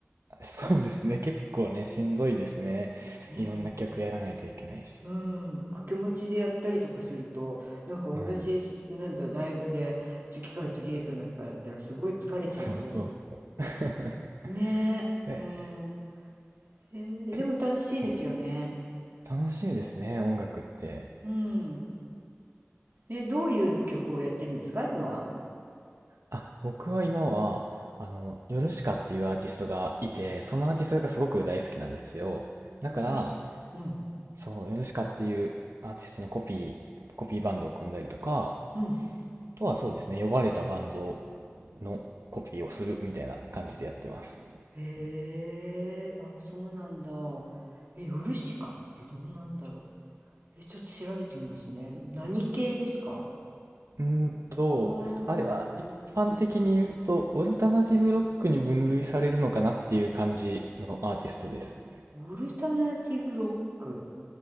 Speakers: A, on the right; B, on the right.
A: そうですね。結構ね、しんどいですね。
B: う。ねえ。
A: いろんな曲やらないといけないし。
B: うん、掛け持ちでやったりとかすると、なんか同じす、
A: はい。
B: なんだろう、ライブで次から次へとなんかやったらすごい疲れちゃいそう。
A: そうそうそう。<laughs>
B: ねえ、
A: え、
B: うん。へえでも楽しいですよね。
A: 結構、そう、楽しいですね、音楽って。
B: うん。え、どういう曲をやってるんですか、今は。
A: あ、僕は今は、あの、ヨルシカっていうアーティストがいて、そのアーティストがすごく大好きなんですよ。
B: ヨルシカ。
A: だから、
B: うん、
A: そう、ヨルシカっていうアーティストのコピー、コピーバンドを組んだりとか、
B: うん。
A: とはそうですね、呼ばれたバンドのコピーをするみたいな感じでやってます。
B: へえ、あ、そうなんだ。え、ヨルシカってどんなんだろう。え、ちょっと調べてみますね。何系ですか
A: うーんと、
B: ハードロック、
A: あれは一般的に言うと、
B: ロック。
A: オルタナティブロックに分類されるのかなっていう感じのアーティストです。
B: オルタナティブロック。